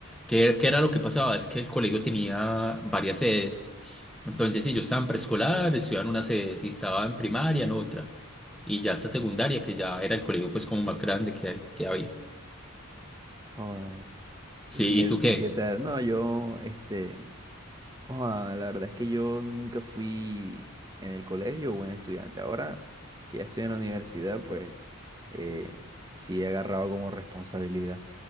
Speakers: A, in the centre; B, on the right.
A: ¿Qué, qué era lo que pasaba? Es que el colegio tenía varias sedes. Entonces, si yo estaba en preescolar, estudiaba en una sede, si estaba en primaria, en otra. Y ya hasta secundaria, que ya era el colegio pues como más grande que, hay- que había.
B: Joda.
A: Sí,
B: ¿Y qué,
A: ¿y tú qué?
B: y qué tal? No, yo, este, Oa, la verdad es que yo nunca fui en el colegio buen estudiante. Ahora que ya estoy en la universidad, pues eh, sí he agarrado como responsabilidad.